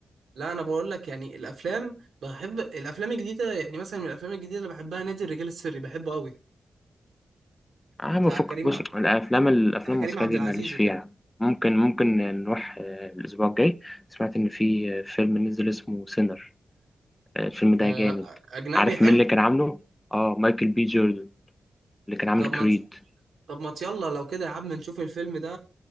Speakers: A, on the right; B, on the left.
A: لا انا بقول لك يعني الافلام بحب الافلام الجديده يعني مثلا من الافلام الجديده اللي بحبها نادي الرجال السري بحبه قوي
B: أهم
A: بتاع
B: فكك
A: كريم
B: بص
A: عبد
B: الأفلام الأفلام
A: بتاع كريم
B: المصرية
A: عبد
B: دي
A: العزيز
B: ماليش فيها
A: وكده
B: ممكن ممكن نروح آه، الأسبوع الجاي سمعت إن في آه، فيلم نزل اسمه سينر آه، الفيلم ده
A: آه،
B: جامد
A: اجنبي
B: عارف
A: حلو
B: مين اللي كان عامله؟ آه مايكل بي جوردن اللي كان عامل
A: طب
B: كريد
A: ما ت- طب ما يلا لو كده يا عم نشوف الفيلم ده